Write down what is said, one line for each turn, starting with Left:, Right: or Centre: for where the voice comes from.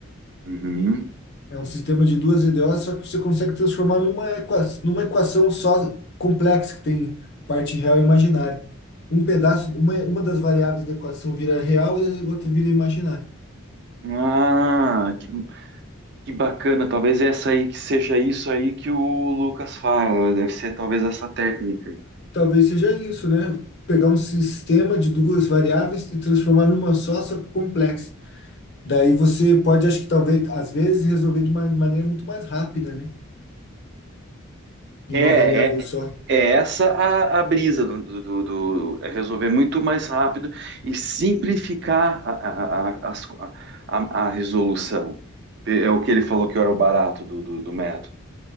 Right: Uhum.
Left: É um sistema de duas EDOs, só que você consegue transformar numa, equa, numa equação só complexa, que tem parte real e imaginária. Um pedaço, uma, uma das variáveis da equação vira real e a outra vira imaginária.
Right: Ah, que, que bacana, talvez essa aí que seja isso aí que o Lucas fala, deve ser talvez essa técnica.
Left: Talvez seja isso, né? Pegar um sistema de duas variáveis e transformar numa só, só que complexa. Daí você pode, acho que talvez, às vezes, resolver de uma maneira muito mais rápida, né? Em
Right: É,
Left: uma variável
Right: é,
Left: só.
Right: é essa a, a brisa do, do- do- do- é resolver muito mais rápido e simplificar a, a- a- as a- a- resolução. É é o que ele falou que era o barato do, do, do método.